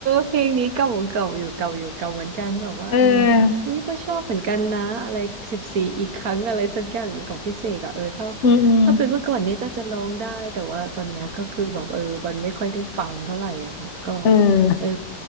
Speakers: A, on the right; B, on the left.
A: เพลงนี้เก่าเก่าอยู่เก่าอยู่เก่าเหมือนกันแบบว่าเออ
B: <laughs> เออ
A: เฮ้ยก็ชอบเหมือนกันนะอะไรสิบสี่อีกครั้งอะไรสักอย่างหนึ่งของพิเศษอะเออถ้า
B: อืมอืม
A: ถ้าเป็นเมื่อก่อนนี้จะจะร้องได้แต่ว่าตอนเนี้ยก็คือแบบเออมันไม่ค่อยได้ฟังเท่าไหร่อะค่ะก็
B: เออ
A: เออ